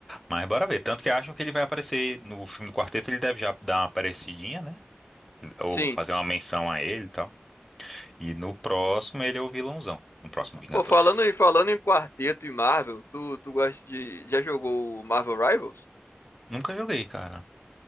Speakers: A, in the centre; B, on the left.
A: Mas bora ver. Tanto que acham que ele vai aparecer no filme do quarteto, ele deve já dar uma aparecidinha, né? Ou
B: Sim.
A: fazer uma menção a ele e tal. E no próximo ele é o vilãozão. No próximo Vingadores.
B: Pô, falando em, falando em quarteto e Marvel, tu, tu gosta de. Já jogou o Marvel Rivals?
A: Nunca joguei, cara.